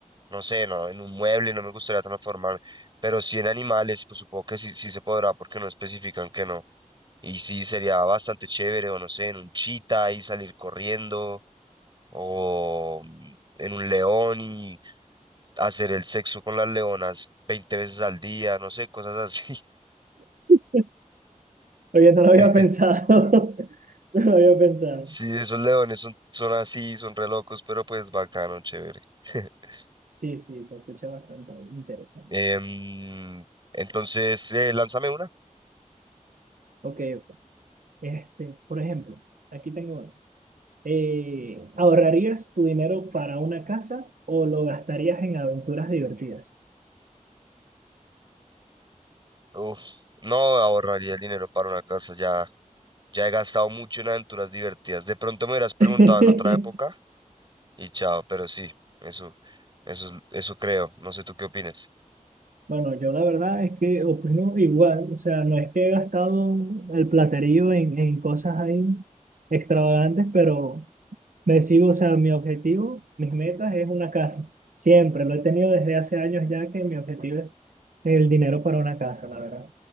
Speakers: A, on the right; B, on the right.
A: no sé, no, en un mueble no me gustaría transformar, pero sí en animales, pues supongo que sí, sí se podrá porque no especifican que no. Y sí sería bastante chévere, o no sé, en un chita y salir corriendo, o mm, en un león y hacer el sexo con las leonas 20 veces al día, no sé, cosas así.
B: <laughs> Oye, no lo había
A: <laughs>
B: pensado. <laughs> No lo había pensado.
A: Sí, esos leones son, son así, son re locos, pero pues bacano, chévere. <laughs>
B: Sí, sí, se escucha bastante interesante.
A: Em, entonces, eh, lánzame una.
B: Ok, ok. Este, por ejemplo, aquí tengo una. eh, ¿ahorrarías tu dinero para una casa o lo gastarías en aventuras divertidas?
A: Uf, no ahorraría el dinero para una casa, ya, ya he gastado mucho en aventuras divertidas. De pronto me hubieras preguntado
B: <laughs>
A: en otra época y chao, pero sí, eso, eso, es- eso creo. No sé tú qué opinas.
B: Bueno, yo la verdad es que opino igual, o sea, no es que he gastado el platerío en, en cosas ahí extravagantes, pero me sigo, o sea, mi objetivo, mis metas es una casa. Siempre, lo he tenido desde hace años ya que mi objetivo es el dinero para una casa, la verdad.